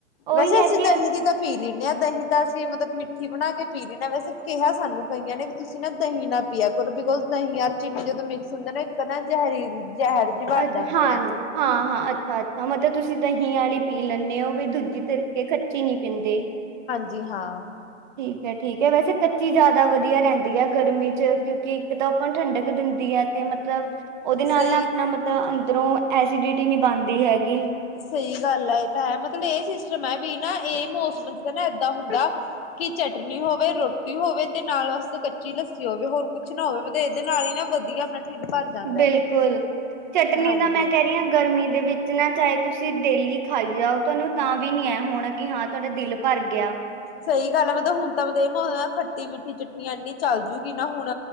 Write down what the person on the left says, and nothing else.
ਵੈਸੇ
ਐਸੀੇ
ਤਗ ਨ ਦੀ ਤਾਂ ਪੀ ਲੈਂਣੇ ਹਾਂ ਦਹੀਂ ਤਾਂ ਅਸੀਂ ਮਤਲਬ ਮਿੱਠੀ ਬਣਾ ਕੇ ਪੀ ਲੈਂਣੇ ਹਾਂ ਵੈਸੇ ਕਿਹਾ ਸਾਨੂੰ ਕਈਆਂ ਨੇ ਵੀ ਤੁਸੀਂ ਨਾ ਦਹੀਂ ਨਾਂ ਪੀਆ ਕਰੋ ਬਿਕੋਜ ਦਹੀਂ ਯਾਰ ਚੀਨੀ ਜਦੋਂ ਮਿਕਸ ਹੁੰਦੇ ਨੇ ਇੱਕ ਨਾ ਜ਼ਹਿਰੀ ਜ਼ਹਿਰ ਜਿਹੀ ਬਣ
ਜਾਂਦੇ
ਹੈ
ਜੀ ਹਾਂ।
ਸਹੀ
ਸਹੀ ਗੱਲ ਹੈ ਇਹ ਤਾਂ ਹੈ ਮਤਲਬ ਇਹ ਸਿਸਟਮ ਹੈ ਵੀ ਨਾ ਇਹ ਮੌਸਮ ਚ ਤਾਂ ਨਾ ਇਏਦਾਂ ਹੁੰਦਾ ਕਿ ਚਟਨੀ ਹੋਵੇ ਰੋਟੀ ਹੋਵੇ ਤੇ ਨਾਲ ਵਾਸ ਕੱਚੀ ਲੱਸੀ ਹੋਵੇ ਹੋਰ ਕੁਛ ਨਾ ਹੋਵੇਬ ਇਹਦੇ ਨਾਲ ਹੀ ਨਾ ਵਧੀਆ ਆਪਣਾ ਢਿੱਡ ਭਰ ਜਾਂਦਾ
ਹੈ।
ਹਾਂਜੀ
ਸਹੀ ਗੱਲ ਆ ਮਤਲਬ ਹੁਣ ਤਾਂ ਤੇ ਮਿੱਠੀ ਚਟਨੀ ਇੰਨੀ ਚੱਲ ਜੂਗੀ ਨਾ ਹੁਣ।